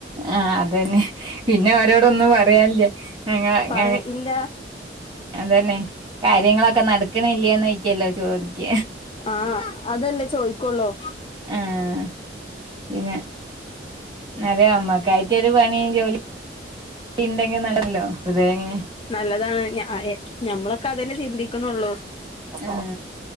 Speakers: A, on the right; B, on the left.
A: ആഹ അതന്നെ പിന്നെ അവരോടൊന്നും പറയല്ലേ ങ്ങ
B: പറയാ ഇല്ല
A: അതന്നെ കാര്യങ്ങളൊക്കെ നടക്കണില്ലന്ന് എിക്കല്ലോ ചോദിക്ക
B: ആഹ അതല്ലേ ചോയ്ിക്കള്ളോ
A: ആഹ് പിന്നെ നല്ല അമ്മക്കായിട്ട ഒരു പണി ജോലി ഇണ്ടെങ്കി നല്ലല്ലോ വെറുതെ ഇങ്ങനെ
B: നല്ലതാണ് ഞമ്മളൊക്കെ അതെന്നെ ചിന്തിക്കണള്ളൂ
A: ആ